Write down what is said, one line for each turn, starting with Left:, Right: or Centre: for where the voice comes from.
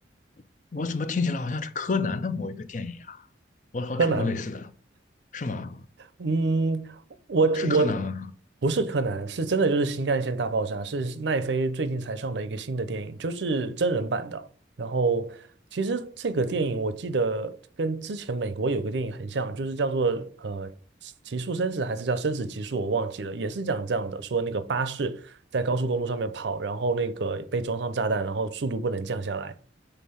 Left: <laughs> 我怎么听起来好像是柯南的某一个电影啊？我好像看过类似的，
Right: 柯南，
Left: 是吗？
Right: 嗯，我我
Left: 是柯南吗？
Right: 不是柯南，是真的就是新干线大爆炸，是奈飞最近才上的一个新的电影，就是真人版的。然后其实这个电影我记得跟之前美国有个电影很像，就是叫做呃《极速生死》还是叫《生死极速》，我忘记了，也是讲这样的，说那个巴士在高速公路上面跑，然后那个被装上炸弹，然后速度不能降下来。